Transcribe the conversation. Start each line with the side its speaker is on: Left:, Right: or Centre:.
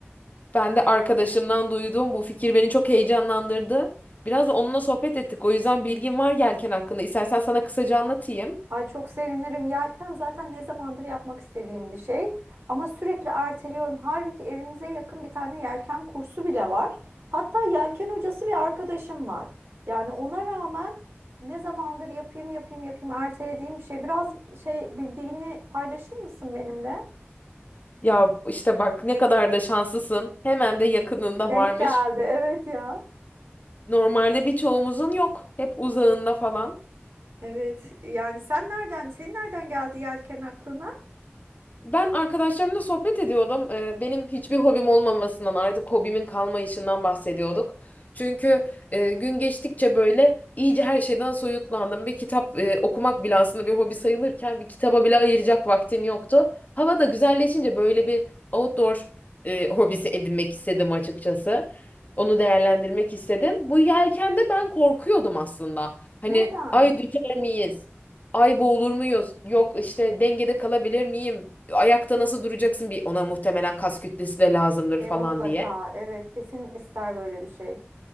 Left: Ben de arkadaşımdan duyduğum bu fikir beni çok heyecanlandırdı. Biraz da onunla sohbet ettik. O yüzden bilgim var yelken hakkında. İstersen sana kısaca anlatayım.
Right: Ay çok sevinirim. Yelken zaten ne zamandır yapmak istediğim bir şey. Ama sürekli erteliyorum. Halbuki evimize yakın bir tane yelken kursu bile var. Hatta yelken hocası bir arkadaşım var. Yani ona rağmen ne zamandır yapayım yapayım yapayım ertelediğim bir şey. Biraz şey bildiğini paylaşır mısın benimle?
Left: Ya işte bak ne kadar da şanslısın. Hemen de yakınında
Right: Denk
Left: varmış.
Right: geldi. Evet ya.
Left: Normalde birçoğumuzun yok. Hep uzağında falan.
Right: Evet. Yani sen nereden, senin nereden geldi yelken aklına?
Left: Ben arkadaşlarımla sohbet ediyordum. Ee, benim hiçbir hobim olmamasından artık hobimin kalmayışından bahsediyorduk. Çünkü e, gün geçtikçe böyle iyice her şeyden soyutlandım. Bir kitap e, okumak bile aslında bir hobi sayılırken bir kitaba bile ayıracak vaktim yoktu. Hava da güzelleşince böyle bir outdoor e, hobisi edinmek istedim açıkçası. Onu değerlendirmek istedim. Bu yelkende ben korkuyordum aslında. Hani
Right: Neden?
Left: ay düşer miyiz? Ay boğulur muyuz? Yok işte dengede kalabilir miyim? ayakta nasıl duracaksın bir ona muhtemelen kas kütlesi de lazımdır
Right: E
Left: falan
Right: mutlaka.
Left: diye.
Right: Evet, kesin ister böyle bir şey.